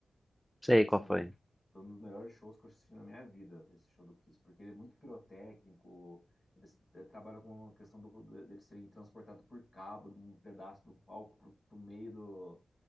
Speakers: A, in the centre; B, on the left.
A: Sei
B: E assim,
A: qual foi.
B: foi um dos melhores shows que eu assisti na minha vida, esse show do Kiss, porque ele é muito pirotécnico, eles eh, trabalham com a questão do, de- deles serem transportados por cabo, de um pedaço do palco pro, pro meio do,